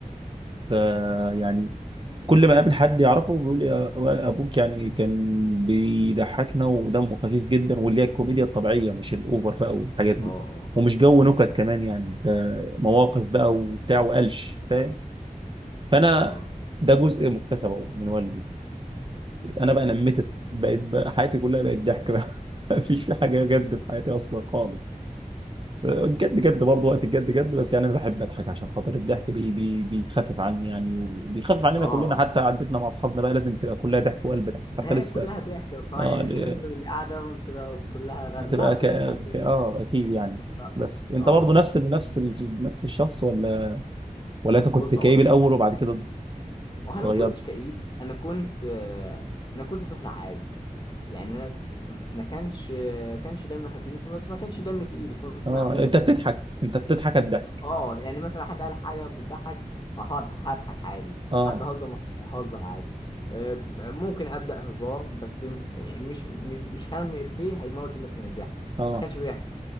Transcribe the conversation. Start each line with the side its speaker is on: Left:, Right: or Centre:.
Right: فيعني كل ما اقابل حد يعرفه بيقول لي آه، ابوك يعني كان بيضحكنا ودمه خفيف جدا واللي هي الكوميديا الطبيعيه مش الاوفر بقى والحاجات دي
Left: اه
Right: ومش جو نكت كمان يعني ده مواقف بقى وبتاع وقلش فاهم فانا
Left: اه
Right: ده جزء مكتسب أهو من والدي انا بقى نميت بقيت بقى حياتي كلها بقت ضحك بقى <laughs> مفيش في حاجه جد في حياتي اصلا خالص الجد جد برضه وقت الجد جد بس يعني انا بحب اضحك عشان خاطر الضحك بي بي بيخفف عني يعني وبيخفف عننا
Left: اه
Right: كلنا
Left: آه.
Right: حتى عدتنا مع اصحابنا بقى لازم تبقى كلها ضحك وقلب ضحك حتى
Left: ما
Right: لسه
Left: هي كلها ضحك بصراحة
Right: اه
Left: يعني
Right: ل-
Left: مش هننزل قاعدة وتبقى كلها
Right: مش
Left: غم
Right: هتبقى
Left: لا
Right: ك...
Left: بنضحك و-
Right: ك... اه اكيد يعني
Left: ف-
Right: بس انت
Left: اه
Right: برضه نفس ال... نفس ال... نفس الشخص ولا ولا انت كنت
Left: بص
Right: كئيب
Left: هقول
Right: الاول
Left: لك
Right: وبعد كده
Left: انا
Right: اتغيرت
Left: ما كنتش كئيب انا كنت آه، انا كنت طفل عادي يعني انا ما كانش كانش دمي خفيف بس ما كانش دمي تقيل كنت
Right: اه
Left: مقبول
Right: انت بتضحك انت بتضحك الضحك
Left: اه يعني مثلا حد قال حاجه بتضحك آه، هقعد هضحك عادي
Right: اه
Left: حد هزر معايا ههزر عادي آه، ممكن ابدا هزار بس م- مش مش مش هرمي افيه هيموت الناس من الضحك
Right: اه
Left: ما كانش بيحصل